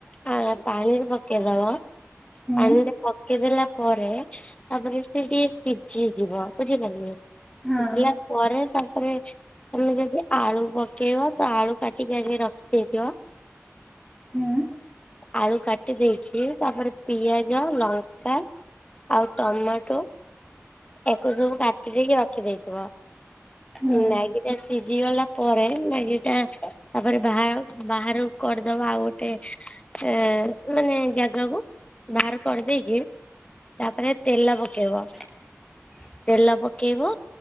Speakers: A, on the left; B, in the centre.
A: ହଁ ପାଣିରେ ପକେଇଦବ
B: ହୁଁ
A: ପାଣିରେ ପକେଇଦେଲା ପରେ ପରେ ତାପରେ ସେ ଟିକେ ସିଝିଯିବ ବୁଝିପାରିଲେ। ସିଝିଲା
B: ହଁ
A: ପରେ ତାପରେ ତମେ ଯଦି ଆଳୁ ପକେଇବ। ତ ଆଳୁ କାଟିକି ଆସିକି ରଖିଦେଇଥିବ।
B: ହୁଁ।
A: ଆଳୁ କାଟି ଦେଇେଇଛି ତାପରେ ପିଆଜ ଲଙ୍କା। ଆଉ ଟମାଟୋ। ଏକୁ ସବୁ କାଟି ଦେଇକି ରଖିଦେଇଥିବ
B: ହୁଁ
A: ମ୍ୟଗୀ। ସିଝି ଗଲା ପରେ ମ୍ୟାଗି ଟା ତାପରେ ବା ବାହହାରାରୁ କରିଦବା ଆଉ ଗୋଟେ। ଏ ମାନେ ଜାଗାକୁ ବାହାର କରିଦେଇକି। ତାପରେ ତେଲ ପକେଇବ।
B: ହ
A: ତେଲ ପକେଇବ।